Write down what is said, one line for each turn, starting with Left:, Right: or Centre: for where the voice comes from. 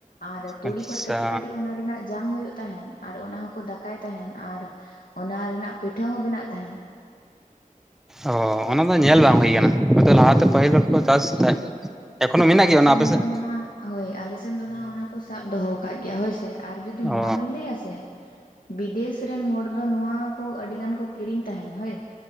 Left: ᱟᱨ ᱛᱩᱲᱤ
Centre: ᱟᱪᱪᱷᱟ
Left: ᱠᱷᱚᱡ ᱠᱟᱹᱴᱤᱡ ᱠᱟᱹᱴᱤᱡ ᱚᱱᱟ ᱨᱮᱱᱟᱜ ᱡᱟᱝ ᱦᱩᱭᱩᱜ ᱛᱟᱦᱮᱱ ᱟᱨ ᱚᱱᱟ ᱦᱚᱸᱠᱚ ᱫᱟᱠᱟᱭ ᱛᱟᱦᱮᱱ ᱟᱨ ᱚᱱᱟ ᱨᱮᱱᱟᱜ ᱯᱤᱴᱷᱟᱹ ᱦᱚᱸ ᱵᱮᱱᱟᱜ ᱛᱟᱦᱮᱱ
Centre: ᱚ ᱚᱱᱟ ᱫᱚ ᱧᱮᱞ ᱵᱟᱝ ᱦᱩᱭ ᱟᱠᱟᱱᱟ ᱦᱚᱭᱛᱚ ᱞᱟᱦᱟᱛᱮ ᱯᱟᱹᱦᱤᱞ ᱦᱚᱲ ᱪᱟᱥ ᱛᱟᱦᱮᱡ ᱮᱠᱷᱚᱱᱳ ᱢᱮᱱᱟᱜ
Left: ᱟᱞᱮ
Centre: ᱜᱮᱭᱟ ᱚᱱᱟ
Left: ᱥᱮᱱ
Centre: ᱟᱯᱮ ᱥᱮᱫ?
Left: ᱫᱚ ᱱᱟᱦᱟᱜ ᱦᱳᱭ ᱟᱞᱮ ᱥᱮᱱ ᱫᱚ ᱱᱟᱦᱟᱜ ᱚᱱᱟ ᱠᱚ ᱥᱟᱵ ᱫᱚᱦᱚ ᱠᱟᱜ ᱜᱮᱭᱟ ᱦᱳᱭᱥᱮ ᱟᱨ ᱡᱩᱚᱫᱤ
Centre: ᱚ
Left: ᱱᱚᱣᱟ ᱵᱮᱱ ᱞᱟᱹᱭᱟ ᱥᱮ ᱵᱤᱫᱮᱥ ᱨᱮᱱ ᱦᱚᱲ ᱫᱚ ᱱᱚᱣᱟ ᱠᱚ ᱟᱹᱰᱤ ᱜᱟᱱ ᱠᱚ ᱠᱤᱨᱤᱧ ᱛᱟᱦᱮᱱ ᱦᱳᱭ